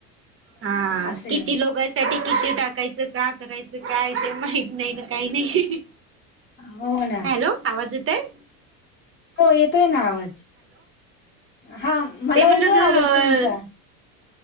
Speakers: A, on the right; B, on the left.
A: हा
B: असे
A: किती लोक आहेत? साठी किती टाकायचं का करायचं काय ते माहित नाही ना काही नाही.
B: हो ना
A: हॅलो! आवाज येतयं?
B: हो येतोय ना आवाज हा मला
A: ते म्हणलं
B: येतोय आवाज
A: ग
B: तुमचा.